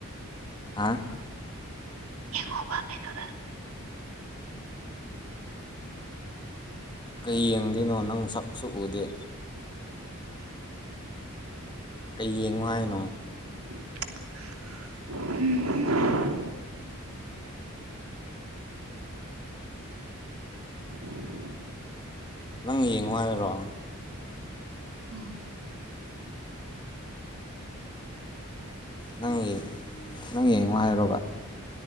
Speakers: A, on the left (about 20°); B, on the right (about 90°).
A: ꯍꯥꯥ
B: ꯌꯦꯡꯉꯣꯕ ꯀꯩꯅꯣꯗ
A: ꯀꯩ ꯌꯦꯡꯗꯨꯏꯅꯣ ꯅꯪ ꯁꯛꯁꯨ ꯎꯗꯦ ꯀꯩ ꯌꯦꯡꯉꯣ ꯍꯥꯏꯅꯣ
B: <unintelligible> <inaudible>
A: ꯅꯪ ꯌꯦꯡꯉꯣ ꯍꯥꯏꯔꯣ
B: ꯑꯥ
A: ꯅꯪ ꯌꯦ ꯅꯪ ꯌꯦꯡꯉꯣ ꯍꯥꯏꯔꯣꯕ